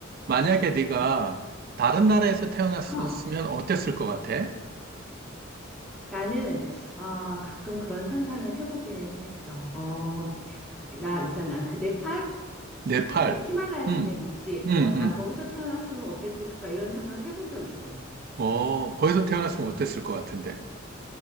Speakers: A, on the right; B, in the centre.
A: 만약에 네가 다른 나라에서 태어났었으면
B: 어,
A: 어땠을 것 같아?
B: 나는 아 가끔 그런 상상은 해보기는 했어. 어, 나 있잖아. 그 네팔?
A: 네팔.
B: 그 히말라야 산맥
A: 응
B: 있지?
A: 응
B: 어, 나
A: 응
B: 거기서 태어났으면 어땠을까? 이런 생각 해본 적 있어.
A: 어, 거기서 태어났으면 어땠을 것 같은데.